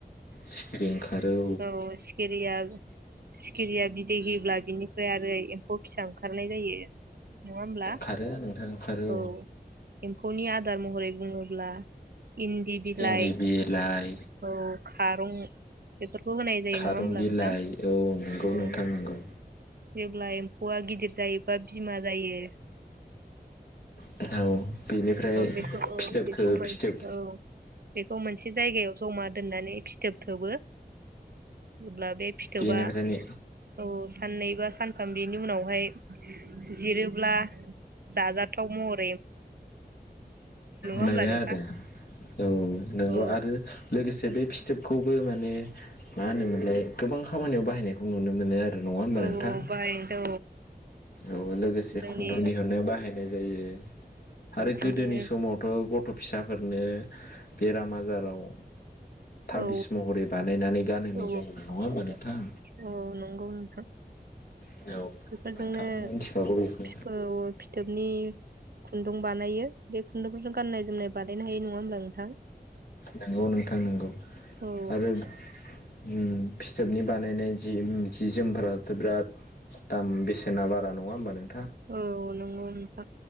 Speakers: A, on the left; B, on the right.
A: सिखिरि ओंखारो
B: औ सिखिरिया सिखिरिया बिदै होयोब्ला बिनिफ्राय आरो एम्फौ फिसा ओंखारनाय जायो नङा होमब्ला।
A: ओंखारो नोंथां ओंखारो
B: औ एम्फौनि आदार महरै बुङोब्ला इन्दि बिलाइ
A: इन्दि बिलाइ
B: औ खारं बेफोरखौ होनाय जायो
A: खारुं
B: नङा होमब्ला
A: बिलाइ
B: नोंथां
A: औ नंगौ
B: औ
A: नोंथां नंगौ
B: जेब्ला एम्फौया गिदिर जायोबा बिमा जायो
A: औ बेनिफ्राय
B: औ बेखौ औ
A: फिथोबखौ
B: बेखौ मोनसे
A: फिथोब
B: औ बेखौ मोनसे जायगायाव जमा दोननानै फिथोब थोबो अब्ला बे फिथोबा
A: बेनिफ्रायनो
B: औ सा नै बा सानथाम बिनि उनावहाय जिरोब्ला जाजाथाव मह
A: मोनो
B: होमब्ला नोंथां
A: आरो औ नंगौ
B: औ
A: आरो लोगोसे बे फिथोबखौबो माने मा होनोमोनलाय गोबां खामानियाव बाहायनायखौ नुनो मोनो आरो नङा होनबा
B: औ
A: नोंथां
B: बाहायनोथ'
A: औ लोगोसे
B: औ जोंनि
A: खुन्दुं दिहुननो बाहायनाय जायो आरो
B: खुन्दुं
A: गोदोनि समावथ गथ थ फिसाफोरनो बेराम आजाराव थाबिस
B: औ
A: महरै बानायनानै गानहोनाय
B: औ
A: जायोमोन नङा होमबा नोंथां
B: औ नंगौ नोंथां
A: औ
B: बेफोरजोंनो
A: नोंथाङाबो मिथिखागौ बेखौ
B: फिफौ फिथोबनि खुन्दुं बानायो <unintelligible> खुन्दुंफोरजों गाननाय जोमनाय बानायनो हायो नङा होमब्ला नोंथां
A: नंगौ नोंथां नंगौ
B: औ
A: आरो उम फिथोबनि बानायनाय जि जि जोमफोराथ बिराद दाम बेसेना बारा नङा होमबा नों
B: औ नंगौ नोंथां